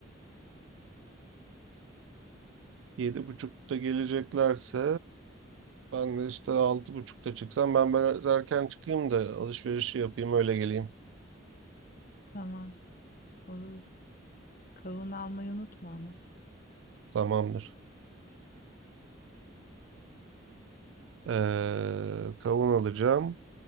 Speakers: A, on the right; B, on the left.
A: Yedi buçukta geleceklerse ben de işte altı buçukta çıksam ben biraz erken çıkayım da alışverişi yapayım öyle geleyim.
B: Tamam, olur. Kavun almayı unutma ama.
A: Tamamdır. Ee, kavun alacağım.